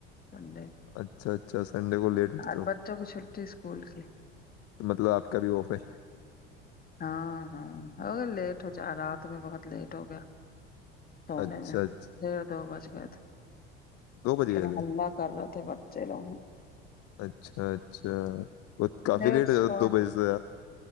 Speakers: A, on the left; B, on the left.
A: سنڈے
B: اچھا اچھا سنڈے کو لیٹ اٹھتے
A: آ
B: ہو
A: بچوں کی چھٹی اسکول کی
B: تو مطلب آپ کا بھی آف ہے
A: ہاں ہاں ہو لیٹ ہو جا رات میں بہت لیٹ ہو گیا سونے
B: اچھا
A: میں
B: اچھا
A: ڈڑھ دو بج گئے تھے
B: دو بج
A: اتنے
B: گئے تھے
A: ہلہ کر رہے تھے بچے لوگ
B: اچھا اچھا وہ کافی
A: ڈیڑھ
B: لیٹ ہو
A: سو
B: جاتا دو بجے سے